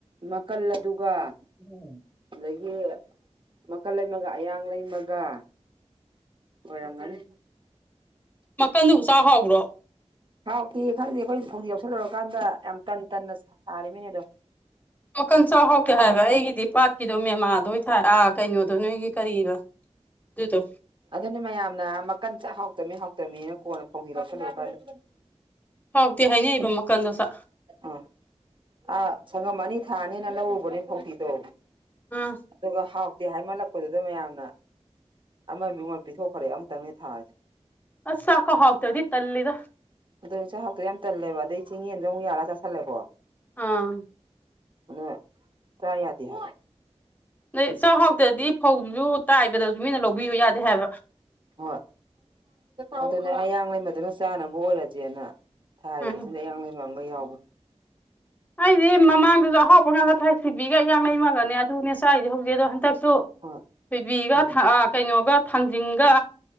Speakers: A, on the right; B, on the left.
A: ꯅꯥꯀꯜ ꯑꯗꯨꯒ
B: <inaudible>
A: ꯑꯗꯒꯤ ꯃꯀꯟ ꯂꯩꯃꯒ ꯑꯌꯥꯡ ꯂꯩꯃꯒ ꯑꯣꯏꯔꯝꯒꯅꯤ
B: ꯇꯟꯗꯨꯕꯨ ꯆꯥ ꯍꯥꯎꯕ꯭ꯔꯣ
A: ꯍꯥꯎꯇꯤꯌꯦ ꯈꯪꯗꯦ ꯑꯩꯈꯣꯏ ꯐꯧꯗꯤ ꯌꯥꯎꯁꯜꯂꯨꯔꯀꯥꯟꯗ ꯌꯥꯝ ꯇꯟ ꯇꯟꯅ ꯁꯥꯔꯤꯃꯤꯅꯦ ꯑꯗꯣ
B: ꯃꯀꯟ ꯆꯥꯎꯍꯥꯎꯗꯦ ꯍꯥꯏꯕ ꯑꯩꯒꯤꯗꯤ ꯄꯥꯠꯀꯤꯗꯣ ꯃꯦꯝꯃꯥꯗꯣ ꯑꯣꯏ ꯊꯥꯏ ꯑꯥ ꯀꯩꯅꯣꯗꯣ ꯅꯣꯏꯒꯤ ꯀꯔꯤ ꯑꯗꯨꯗꯣ
A: ꯑꯗꯨꯅꯦ ꯃꯌꯥꯝꯅ ꯃꯀꯟ ꯆꯥꯛ ꯍꯥꯎꯇꯃꯤ ꯍꯥꯎꯇꯃꯤꯅ ꯀꯣꯟꯅ ꯐꯧꯗꯤ ꯂꯧꯁꯜꯂꯨꯔ ꯀꯥꯟꯗ
B: ꯍꯥꯎꯇꯦ ꯍꯥꯏꯅꯩꯕ ꯃꯀꯜꯗꯣ ꯁꯥ
A: ꯑ ꯑꯥ ꯁꯪꯒꯝ ꯑꯅꯤ ꯊꯥꯅꯦꯅ ꯂꯧꯔꯨꯕꯅꯦ ꯐꯧꯗꯤꯗꯣ
B: ꯑꯥ
A: ꯑꯗꯨꯒ ꯍꯥꯎꯇꯦ ꯍꯥꯏꯃꯜꯂꯛꯄꯗꯨꯗ ꯃꯌꯥꯝꯅ ꯑꯃ ꯃꯤꯉꯣꯟ ꯄꯤꯊꯣꯛꯈ꯭ꯔꯦ ꯑꯃꯇꯪꯅꯦ ꯊꯥꯔꯁꯦ
B: ꯑꯁ ꯆꯥꯛꯀ ꯍꯥꯎꯇꯗꯤ ꯇꯜꯂꯤꯗ
A: ꯑꯗꯨ‌ꯅꯦ ꯆꯥꯛ ꯍꯥꯎꯇꯣ ꯌꯥꯝ ꯇꯜꯂꯦꯕ ꯑꯗꯩ ꯆꯤꯡ ꯌꯦꯟꯗꯣ ꯑꯃꯨꯛ ꯌꯥꯂꯒ ꯆꯥꯁꯜꯂꯦꯀꯣ
B: ꯑꯥ
A: ꯑ ꯀꯌꯥ ꯌꯥꯗ ꯍꯥꯏ
B: ꯅꯗ ꯆꯥꯛꯍꯥꯎꯇꯗꯤ ꯐꯧꯗꯨꯁꯨ ꯇꯥꯏꯕꯗꯁꯨ ꯃꯤꯅ ꯂꯧꯕꯤꯌꯨ ꯌꯥꯗꯦ ꯍꯥꯏꯕ
A: ꯍꯣꯏ ꯑꯗꯨꯅꯦ ꯑꯌꯥꯡꯡꯂꯃꯗꯨꯅ ꯆꯥꯅꯕ ꯑꯣꯏꯔꯁꯦꯅ ꯊꯥꯔꯤꯕꯁꯤꯗ
B: ꯎꯝ
A: ꯑꯌꯥ ꯂꯩꯕꯥꯡꯒ ꯌꯥꯎꯕ
B: ꯑꯩꯁꯦ ꯃꯃꯥꯡꯗꯁꯨ ꯑꯍꯥꯎꯄ ꯉ ꯆ ꯊꯋꯥ ꯊꯣꯏꯕꯤꯒ ꯏꯡ ꯂꯩꯃꯒꯅꯦ ꯑꯗꯨꯅꯦ ꯆꯥꯏꯁꯦ ꯍꯧꯖꯤꯛ ꯑꯗꯣ ꯍꯟꯗꯛꯁꯨ
A: ꯍꯣꯏ
B: ꯊꯣꯏꯕꯤꯒ
A: ꯎꯝ
B: ꯀꯩꯅꯣꯒ ꯊꯥꯡꯖꯤꯡꯒ